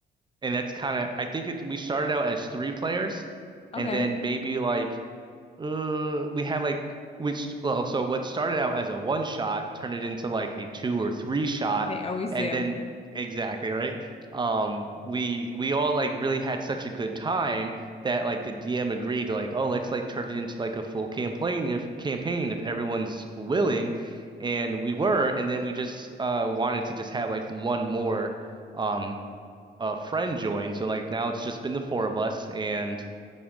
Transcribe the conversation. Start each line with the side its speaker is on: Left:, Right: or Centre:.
Right: and that's kind of I think it we started out as three players
Left: Okay.
Right: and then maybe like Uh, we had like which well, so what started out as a one shot turned it into like a two or three shot,
Left: They always
Right: and
Left: do.
Right: then exactly right. Um, we we all like really had such a good time that like the DM agreed to like, oh, let's like turn it into like a full campaign if campaign if everyone's willing, and we were, and then we just uh wanted to just have like one more um a friend join, so like now it's just been the four of us and.